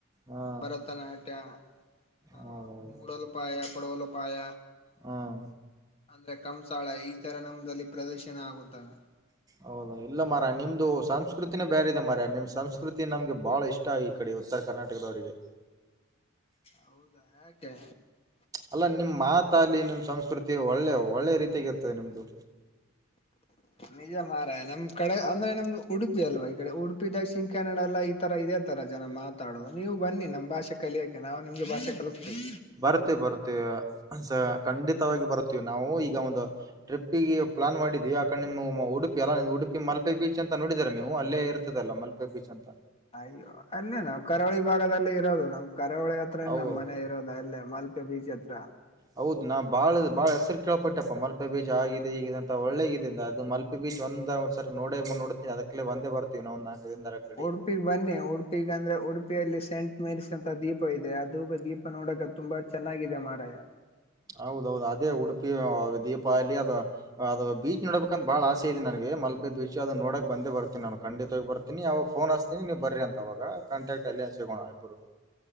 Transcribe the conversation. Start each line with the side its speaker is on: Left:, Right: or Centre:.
Right: ಹಾ
Left: ಭರತನಾಟ್ಯ ಆ
Right: ಹೌದೌದು
Left: ಮೂಡೋಲಪಾಯ ಪಡವಲಪಾಯ
Right: ಹಾ
Left: ಅಂದ್ರೆ ಕಂಸಾಳ ಈ ತರ ನಮದಲ್ಲಿ ಪ್ರದರ್ಶನ ಆಗುತ್ತಾವೆ
Right: ಹೌದಾ ಇಲ್ಲ ಮಾರಾಯ ನಿಮ್ದು ಸಂಸ್ಕೃತಿನೇ ಬೇರೆ ಇದೆ ಮಾರಾಯ ನಿಮ್ ಸಂಸ್ಕೃತಿ ನಮ್ಗೆ ಬಾಳ ಇಷ್ಟ ಆ ಕಡಿ ಉತ್ತರ ಕರ್ನಾಟಕದವರಿಗಿ
Left: ಹೌದಾ ಯಾ ಕೆ
Right: ಅಲ್ಲ ನಿಮ್ಮ್ ಮಾತಾಲಿ ನಿಮ್ಮ್ ಸಂಸ್ಕೃತಿ ಒಳ್ಳೆ ಒಳ್ಳೆ ರೀತಿಯಾಗಿ ಇರ್ತದೆ ನಿಮ್ದು
Left: ನಿಜ ಮಾರಾಯ ನಮ್ ಕಡೆ ಅಂದ್ರೆ ನಮ್ದು ಉಡುಪಿ ಅಲ್ವಾ ಈ ಕಡೆ ಉಡುಪಿ ದಕ್ಷಿಣ ಕನ್ನಡ ಎಲ್ಲ ತರ ಇದೆ ತರ ಜನ ಮಾತಾಡೋದು ನೀವು ಬನ್ನಿ ನಮ್ ಭಾಷೆ ಕಲಿಯಕ್ಕೆ ನಾವು ನಿಮ್ಗೆ ಭಾಷೆ ಕಲಿಸ್ತೀವಿ
Right: ಬರ್ತಿವ ಬರ್ತೀವ ಸ ಖಂಡಿತವಾಗಿ ಬರ್ತೀವಿ ನಾವು ಈಗ ಒಂದು ಟ್ರಿಪ್ಗೆ ಪ್ಲಾನ್ ಮಾಡಿದಿವಿ ಆಕಡೆ ನಿಮ್ಮ ಉಡುಪಿ ಅಲ್ಲ ಉಡುಪಿ ಮಲ್ಪೆ ಬೀಚ್ ಅಂತ ನೋಡಿದಿದ್ದಾರೆ ನೀವು ಅಲ್ಲೇ ಇರ್ತದಲ್ಲ ಮಲ್ಪೆ ಮಲ್ಪೆ ಬೀಚ್ ಅಂತ
Left: ಅಯ್ಯೋ ಅಲ್ಲೇ ನಾವ್ ಕರಾವಳಿ ಭಾಗದಲ್ಲಿ ಇರೋದು ನಮ್ ಕರಾವಳಿ ಹತ್ರ
Right: ಹೌದು
Left: ನಮ್ ಮನೆ ಇರೋದು ಅಲ್ಲೇ ಮಲ್ ಬೀಚ್ ಅತ್ರ
Right: ಹೌದು ನಾ ಬಾಳ ಬಾಳ ಹೆಸರು ಕೇಳಳ್ಪಟ್ಟಪ್ಪ ಮಲ್ ಮಲ್ಪೆ ಬೀಚ್ ಆಗಿದೆ ಈಗಿದೆ ಅಂತ ಒಳ್ಳೇಗಿದೆ ಅದು ಮಲ್ಪೆ ಬೀಚ್ ಒಂದ ಒಂದ ಸರ್ ನೋ ನೋಡ್ತೀನಿ ಅದಕ್ಕೆೇ ಒಂದೇ ಬರ್ ತಿ ನ <unintelligible>
Left: ಉಡುಪಿಗ್ ಬನ್ನಿ ಉಡುಪಿಗ ಅಂದ್ರೆ ಉಡುಪಿಯಲ್ಲಿ ಸೇಂಟ್ ಮೇರಿಸೀಸ್ ಅಂತ ದೀಪ ಇದೆ ಅದುಬ ದೀಪ ದೀಪ ನೋಡಕ ತುಂಬಾ ಚೆನ್ನಾಗಿದೆ ಮಾರಾಯ
Right: ಹೌದೌದು ಅದೇ ಉಡುಪಿ ದೀಪಾದಿ ಅಥವಾ ಅದು ಬೀಚ್ ನೋಡ್ಬೇಕ್ ಅಂತ ಬಾಳ ಆಸೆ ಇದೆ ನನಗೆ ಮಲ್ಪೆ ಬೀಚ್ ಅದು ನೋಡಕ್ ಬಂದೇ ಬರ್ತೀನ ನನ್ಗೆ ಖಂಡಿತವಾಗಿ ಬರ್ತೀನಿ ಅವಾಗ ಫೋನ್ ಹಸ್ತೀ ನೀವು ಬನ್ ಅಂತ ಅವಾಗ ಕಾಂಟಕ್ಟ್ ಅಲ್ಲಿ ಅನ್ ಸಿಗೋಣ ಇಬ್ಬರು